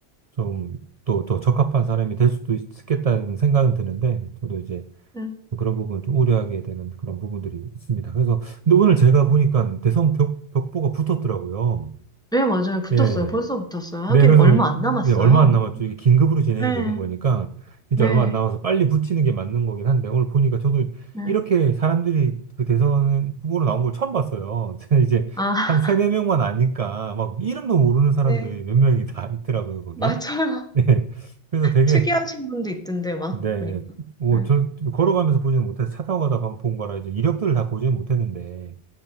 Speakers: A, on the right; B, in the centre.
A: 좀 또 더 적합한 사람이 될 수도 있겠다는 생각은 드는데 저도 이제
B: 음.
A: 그런 부분 좀 우려하게 되는 그런 부분들이 있습니다. 그래서 근데 오늘 제가 보니까 대선 벽, 벽보가 붙었더라고요.
B: 네, 맞아요. 붙었어요.
A: 예.
B: 벌써 붙었어요. 하긴
A: 네, 그래서
B: 얼마 안 남았어요.
A: 이제 얼마 안 남았죠. 이게 긴급으로 진행이
B: 네,
A: 되는 거니까 진짜
B: 네,
A: 얼마 안 남아서 빨리 붙이는 게 맞는 거긴 한데 오늘 보니까 저도
B: 네.
A: 이렇게 사람들이 그 대선 후보로 나온 걸 처음 봤어요. <laughs> 저는 이제
B: 아,
A: 한 세네
B: <laughs>
A: 명만 아니까 막 이름도 모르는 사람들이
B: 네,
A: 몇 명이 다 있더라고요, 거기에.
B: 맞아요.
A: 네. 그래서 되게
B: 특이하신 분도 있던데, 막,
A: 네,
B: 보니까.
A: 뭐
B: 네.
A: 저 걸어가면서 보지는 못해서 차 타고 가다 본 거라 이제 이력들을 다 보지는 못했는데